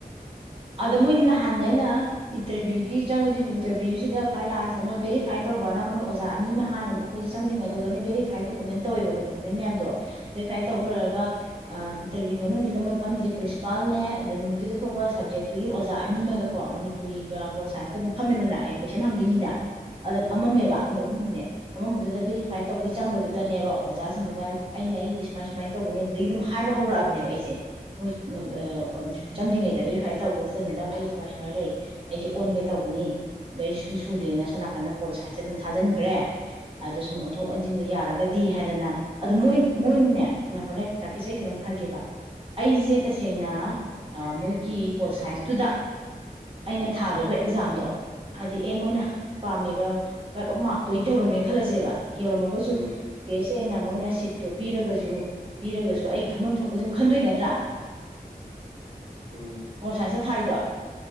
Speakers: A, on the right; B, on the right.
A: ꯑꯗ ꯃꯣꯏ ꯅꯍꯥꯟꯗ ꯑꯩꯅ ꯏꯟꯇꯔꯚꯤꯌꯨꯒꯤ ꯆꯪ ꯏꯟꯇꯔꯚꯤꯌꯨꯁꯤꯗ ꯈ꯭ꯋꯥꯏ ꯂꯥꯁꯗ ꯃꯣꯏ ꯚꯦꯔꯤꯐꯥꯏ ꯇꯧꯕꯅ ꯃꯣꯏ ꯑꯣꯖꯥ ꯑꯅꯤ ꯑꯃ ꯍꯥꯟꯅ ꯑꯩꯈꯣꯏꯁꯦ ꯆꯪꯗ꯭ꯔꯤꯉꯩꯗ ꯑꯗ ꯂꯣꯏꯅ ꯕꯦꯔꯤꯐꯥꯏꯠ ꯗꯣꯀꯨꯃꯦꯟ ꯇꯧꯋꯦꯕ ꯗꯣꯀꯨꯃꯦꯟ ꯃꯌꯥꯝꯗꯣ ꯕꯦꯔꯤꯐꯥꯏ ꯇꯧ
B: ꯎꯝ
A: ꯂꯣꯏꯔꯒ ꯑꯥ ꯏꯟꯇꯔꯚꯤꯌꯨ ꯃꯅꯨꯡꯁꯤꯗ ꯐꯝꯃꯤꯁꯦ ꯄ꯭ꯔꯤꯟꯁꯤꯄꯥꯜꯅꯦ ꯑꯗ ꯅꯨꯃꯤꯠꯇꯨꯗ ꯊꯣꯛꯄ ꯁꯕꯖꯦꯛꯇꯨꯒꯤ ꯑꯣꯖꯥ ꯑꯅꯤꯃꯒꯀꯣ ꯃꯅꯤꯄꯨꯔꯤꯒ ꯕꯣꯔꯠ ꯁꯥꯏꯟꯁꯀ ꯑꯗꯨꯝ ꯐꯝꯃꯦꯗꯅ ꯍꯌꯥꯡ ꯀꯣꯏꯁꯟ ꯍꯪꯗꯣꯏꯅꯤꯅ ꯑꯗ
B: ꯎꯝ
A: ꯐꯝꯃꯝꯃꯦꯕ ꯃꯣꯏ ꯑꯍꯨꯝꯅꯦ ꯐꯝꯃꯝꯕꯗꯨꯗ ꯕꯦꯔꯤ ꯇꯧꯕꯒꯤ ꯆꯪꯕꯗꯨꯗꯅꯦꯕ ꯑꯣꯖꯥꯁꯤꯡꯗꯨꯅ ꯑꯩꯅ ꯑꯩꯒꯤꯗꯤ ꯁꯨꯃꯥꯏ ꯁꯨꯃꯥꯏꯅ ꯇꯧꯕꯅꯦ ꯑꯗꯨꯗꯒꯤ ꯑꯗꯨꯝ ꯍꯥꯏꯕ ꯍꯧꯔꯛꯑꯕꯅꯦꯕ ꯑꯩꯁꯦ ꯃꯣꯏ ꯃꯣꯏ
B: ꯎꯝ
A: ꯑꯥ ꯏꯟꯇꯔꯚꯤꯌꯨ ꯆꯪꯗꯔꯤꯉꯩꯗ ꯕꯦꯔꯤꯐꯥꯏ ꯇꯧꯕꯗꯨꯗ ꯃꯦꯗꯥꯝ ꯑꯩ ꯁꯨꯃꯥꯏ ꯁꯨꯃꯥꯏꯅ ꯂꯩ ꯑꯩꯁꯦ ꯑꯣꯟꯒꯦ ꯇꯧꯕꯅꯤ ꯑꯗꯩ ꯁꯨꯝ ꯁꯨꯗꯦꯅ ꯁꯣꯝ ꯅꯥꯀꯟꯗ ꯄꯣꯜ ꯁꯥꯏꯠꯁꯦ ꯑꯗꯨꯝ ꯊꯥꯖꯤꯟꯈ꯭ꯔꯦ ꯑꯗꯣ ꯁꯨꯝ ꯑꯣꯟꯊꯣꯛ ꯑꯣꯟꯖꯤꯟꯗꯣ ꯌꯥꯔꯒ ꯗꯤ ꯍꯥꯏꯗꯅ ꯑꯗꯣ ꯃꯣꯏ ꯃꯣꯏꯅꯅꯦ ꯅꯈꯣꯅꯦ ꯇꯥꯛꯀꯦꯁ ꯑꯩ ꯀꯩꯅꯣꯝ ꯍꯥꯏꯒꯦꯕ ꯑꯩꯁꯦ ꯇꯁꯦꯡꯅ ꯃꯣꯏꯒꯤ ꯄꯣꯜ ꯁꯥꯏꯟꯁꯇꯨꯗ ꯑꯩꯅ ꯊꯥꯔꯤꯕ ꯑꯦꯛꯖꯥꯝꯗꯣ ꯍꯥꯏꯗꯤ ꯑꯦ ꯃꯣꯏꯅ ꯄꯥꯝꯃꯦꯕ ꯀꯔꯠ ꯑꯣꯐ ꯃꯥꯔꯛꯇꯣ ꯌꯧꯔꯝꯃꯦ ꯈꯜꯂꯁꯦꯕ ꯌꯧꯔꯝꯃꯒꯁꯨ
B: ꯎꯝ
A: ꯀꯦ ꯑꯦꯁ ꯑꯦꯅ ꯃꯣꯏꯅ ꯁꯤꯠ ꯄꯤꯔꯒꯁꯨ ꯄꯤꯔꯒꯁꯨ ꯑꯩ ꯈꯟꯐꯝ ꯊꯣꯛꯄ ꯑꯗꯨꯝ ꯈꯟꯗꯣꯏ ꯅꯠꯇ꯭ꯔꯥ
B: ꯎꯝ
A: ꯄꯣꯜ ꯁꯥꯏꯟꯁꯇ ꯊꯥꯏꯗꯣ